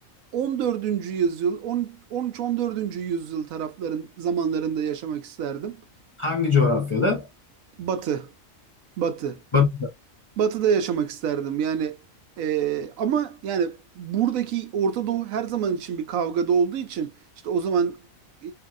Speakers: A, on the right (about 80°); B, on the left (about 30°).
A: 14. yüzyıl 10 13-14. yüzyıl tarafların zamanlarında yaşamak isterdim.
B: Hangi coğrafyada?
A: Batı, Batı.
B: Bak,
A: Batı'da yaşamak isterdim. Yani e, ama yani buradaki Orta Doğu her zaman için bir kavgada olduğu için işte o zaman e,